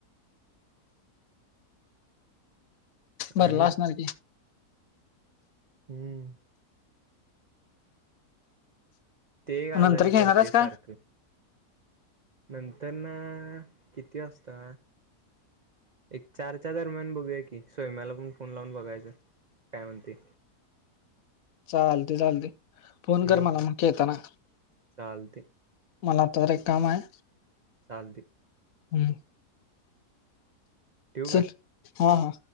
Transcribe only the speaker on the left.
भरला
असणार की.
नंतर घेणारच
काय
चालते चालते, फोन
कर मला मग येताना
मला तर एक काम आहे
हम्म
चल
हा हा.